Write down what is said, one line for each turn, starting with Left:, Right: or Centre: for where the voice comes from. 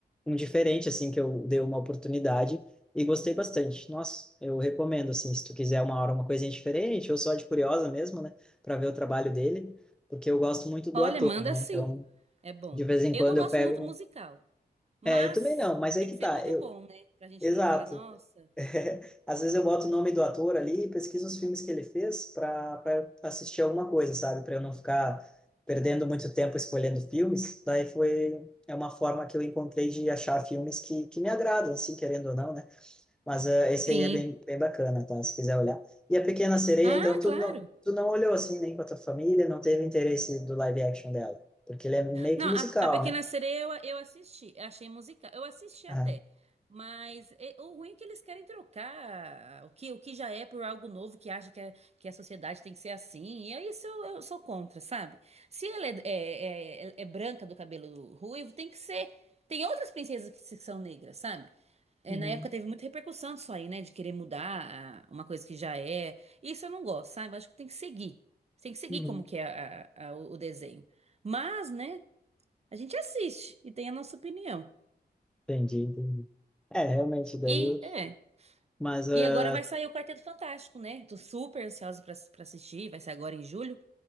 Centre: um diferente assim que eu dei uma oportunidade e gostei bastante. Nossa, eu recomendo, assim, se tu quiser uma hora uma coisinha diferente, ou só de curiosa mesmo, né, para ver o trabalho dele, porque eu gosto muito do
Right: Olha,
Centre: ator,
Right: manda
Centre: né?
Right: sim.
Centre: Então,
Right: É bom.
Centre: de vez em
Right: Eu
Centre: quando
Right: não gosto
Centre: eu pego.
Right: muito musical,
Centre: um,
Right: mas
Centre: É, eu também não, mas aí
Right: tem
Centre: que
Right: que ser
Centre: tá.
Right: muito
Centre: Eu...
Right: bom, né? Pra gente
Centre: Exato.
Right: falar, nossa.
Centre: <laughs> Às vezes eu boto o nome do ator ali e pesquiso os filmes que ele fez para para assistir alguma coisa, sabe? Para eu não ficar perdendo muito tempo escolhendo filmes. Daí foi. É uma forma que eu encontrei de achar filmes que, que me agradam, assim, querendo ou não, né? Mas eh, esse
Right: Sim.
Centre: aí é bem, bem bacana, tá? Se quiser olhar. E a Pequena Sereia,
Right: Ah,
Centre: então, tu
Right: claro.
Centre: não, tu não olhou assim nem com a tua família, não teve interesse do live action dela. Porque ele é meio
Right: Não,
Centre: que musical,
Right: a, a Pequena
Centre: né?
Right: Sereia eu, eu assisti, achei musical. Eu assisti
Centre: Ah,
Right: até, mas é- o ruim é que eles querem trocar o que, o que já é por algo novo que acha que, é- que a sociedade tem que ser assim. E aí isso eu, eu sou contra, sabe? Se ela é, é, é- é é branca do cabelo ruivo, tem que ser. Tem outras princesas que se- são negras, sabe? É,
Centre: Uhum,
Right: na época teve muita repercussão disso aí, né? De querer mudar a- uma coisa que já é. Isso eu não gosto, sabe? Eu acho que tem que seguir. Tem que seguir
Centre: uhum.
Right: como que é a- a- o o desenho. Mas, né? A gente assiste e tem a nossa opinião.
Centre: entendi, entendi. É, realmente, daí.
Right: E é.
Centre: Mas, ah,
Right: E agora vai sair o Quarteto Fantástico, né? Tô super ansiosa pra, pra assistir. Vai ser agora em julho,